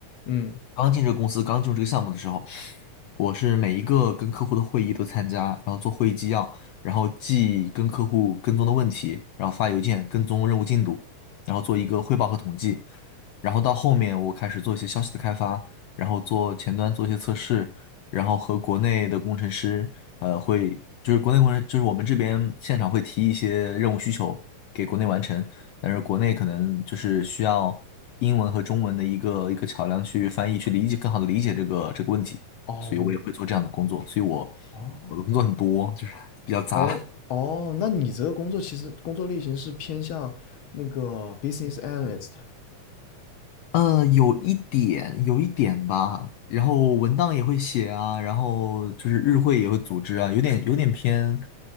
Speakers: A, on the left; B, on the left.
A: 嗯，
B: 刚进这个公司，刚进入这个项目的时候，我是每一个跟客户的会议都参加，然后做会议纪要，然后记跟客户跟踪的问题，然后发邮件跟踪任务进度，然后做一个汇报和统计。然后到后面我开始做一些消息的开发，然后做前端做一些测试，然后和国内的工程师，呃，会就是国内工程就是我们这边现场会提一些任务需求给国内完成，但是国内可能就是需要英文和中文的一个一个桥梁去翻译，去理解更好的理解这个这个问题，
A: 哦，
B: 所以我也会做这样的工作，
A: 我明，
B: 所以我
A: 哦，
B: 我的工作很多，就是 <laughs> 比较杂，
A: 哦，哦，那你这个工作其实工作类型是偏向那个 business analyst，
B: 呃，有一点有一点吧，然后文档也会写啊，然后就是日会也会组织啊，有点有点偏，